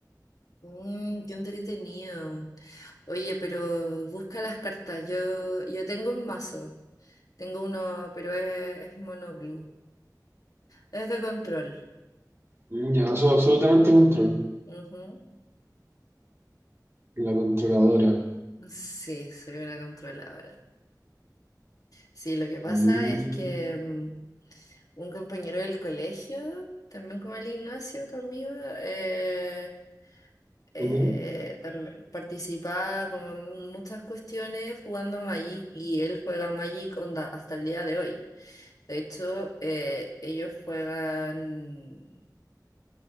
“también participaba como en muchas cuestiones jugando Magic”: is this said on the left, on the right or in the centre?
Left